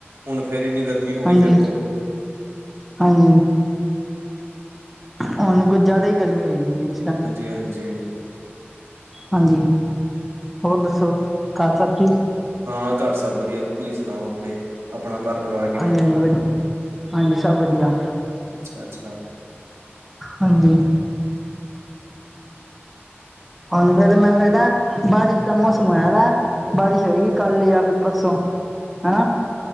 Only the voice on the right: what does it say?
ਹੁਣ ਫੇਰ ਇੰਨੀ ਗਰਮੀ ਹੋ ਗਈ
ਫਿਰ ਤੋਂ
ਹਾਂਜੀ- ਹਾਂਜੀ।
ਹਾਂ ਘਰ ਸਭ ਵਧੀਆ ਤੁਸੀ ਸੁਣਾਓ ਆਪਣੇ। ਆਪਣਾ ਪਰ ਪਰਿਵਾਰ ਕਿਵੇਂ
ਅੱਛਾ -ਅੱਛਾ।